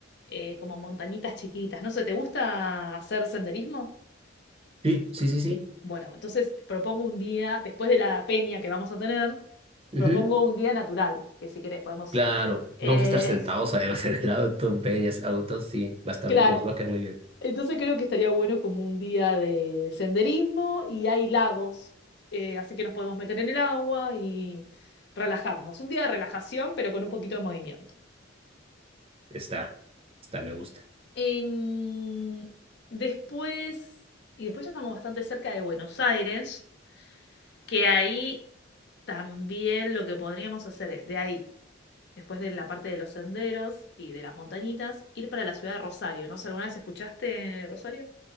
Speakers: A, on the left; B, on the right.
A: eh, como montañitas chiquitas. No sé, ¿te gusta hacer senderismo?
B: Sí, sí, sí, sí.
A: Bueno, entonces propongo un día, después de la peña que vamos a tener,
B: Ujú.
A: propongo un día natural, que si querés podemos...
B: Claro,
A: eh,
B: vamos a estar sentados además en el auto, peñas, autos, sí,
A: <laughs>
B: va a estar,
A: claro.
B: nos va a caer muy bien.
A: Entonces creo que estaría bueno como un día de senderismo y hay lagos, eh, así que nos podemos meter en el agua y relajarnos. Un día de relajación, pero con un poquito de movimiento.
B: Está, está, me gusta.
A: Em, después, y después ya estamos bastante cerca de Buenos Aires, que ahí también lo que podríamos hacer es de ahí, después de la parte de los senderos y de las montañitas, ir para la ciudad de Rosario. No sé, ¿alguna vez escuchaste Rosario?